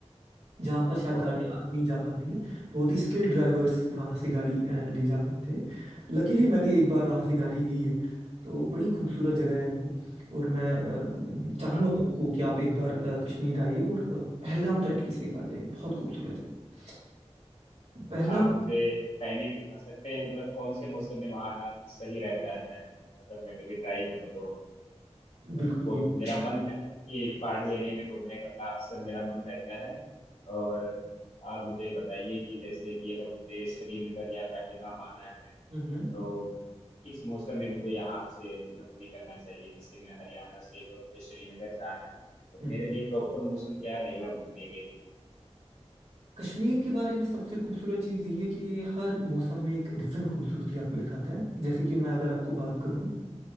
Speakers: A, on the right; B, on the left.
A: जहाँ पर शायद गाड़ियाँ
B: ओके
A: आ- नहीं जा पाती है बहुत ही स्किल्ड ड्राइवर्स वहाँ से गाड़ी अ, ले जा पाते हैं लकीली मैंने एक बार वहाँ से गाड़ी ली है तो बड़ी खूबसूरत जगह है वो और मैं अ, चाहूँगा
B: आप
A: आपको कि आप एक बार अ, कश्मीर आइए और अ, पहलगाम तो एटलीस्ट एक बार जाइए बहुत खूबसूरत जगह पहलगाम
B: आप मुझे टाइमिंग बता सकते हैं मतलब कौन से मौसम में वहाँ आना सही रहता है अगर मैं कभी ट्राई करूँ तो अ,
A: बिल्कुल
B: को
A: भी कश-
B: मेरा मन है कि पहाड़ी एरिया में घूमने का अक्सर मेरा मन रहता है और आप मुझे बताइए कि जैसे कि अगर मुझे श्रीनगर या पहलगाम आना है
A: हम्म हम्म,
B: तो किस मौसम में मुझे यहाँ से मतलब निकलना चाहिए जैसे मैं हरियाणा से हूँ और मुझे श्रीनगर जाना है तो
A: हम्म।
B: मेरे लिए प्रॉपर मौसम क्या रहेगा घूमने के लिए
A: कश्मीर के बारे में सबसे खूबसूरत चीज़ यही है कि हर मौसम में एक डिफरेंट खूबसूरती आपको दिखाता है जैसे कि मैं अगर आपको बात करूँ